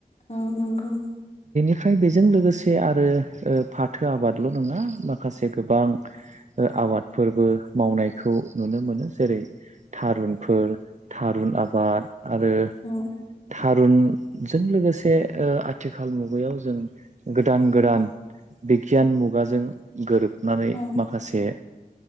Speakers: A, on the left; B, on the right.
A: औ नंगौ
B: ओमफ्राय बेजों लोगोसे आरो ओ फाथो आबादल' नङा माखासे गोबां ओ आबादफोरबो मावनायखौ नुनो मोनो जेरै थारुनफोर थारुन आबाद आरो
A: औ
B: थारुनजों लोगोसे ओ आथिखाल मुगायाव जों गोदान गोदान बिगियान मुगाजों गोरोब बनानै
A: औ
B: माखासे